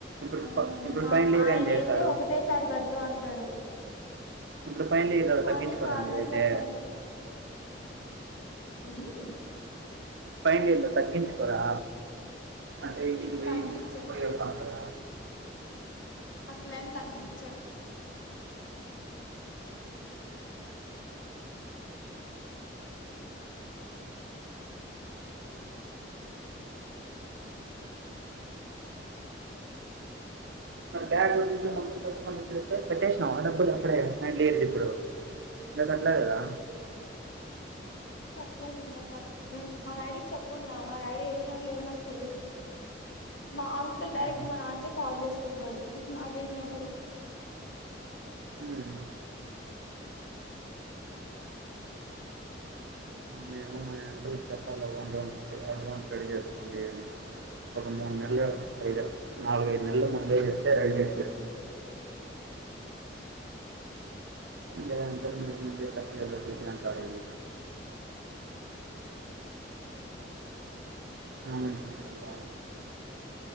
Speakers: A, on the right; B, on the left.
A: ఇప్పుడు
B: ఆ
A: తాప్ ఇప్పుడు
B: మా
A: పైన లేరు
B: ఆయన
A: ఏం చేశారు
B: అయితే ఒకటేసారి కట్టు అంటాడు
A: ఇప్పుడు ఫైనల్ ఇయర్
B: కానీ
A: తగ్గించుకోరా
B: ఇక అందరు
A: మీరైతే
B: కట్టలేరు ఎవని
A: పైనలీర్ తగ్గించుకోరా అంటే ఇంటికి పోయి
B: తగ్గించారు
A: పోయితాంటార
B: అట్ల ఏం తగ్గించారు
A: మరి బ్యాగ్ మొత్తం కొస్తే పెట్టేసినావు ఆ డబ్బులు అప్పుడే లేది ఇప్పుడు ఇక కట్లాదా
B: <inaudible> కట్టలేదు ఇంకా కట్ మా డాడీకి చెప్పుకుంటన్నా ఆ డాడీ ఎసినడో లేదో నాకు తెలీదు మా అంకుల్ డైరెక్ట్
A: మ్మ్.
B: గా మా నాన్నకి కాల్ చేసినాడు కుంటాడు నాకేం చెప్పడు
A: మ్మ్. మేము మా అంకుల్కి చెప్పాలి అడ్వాన్స్ పే చేస్తందని ఒక మూడు నెలలు ఐదు నాలుగ ఐదు నెలల ముందే చెప్తే రెడీ చెసి పెట్ లేదంత మీరు ముట్లేద అంటాడేమ
B: <inaudible>
A: అ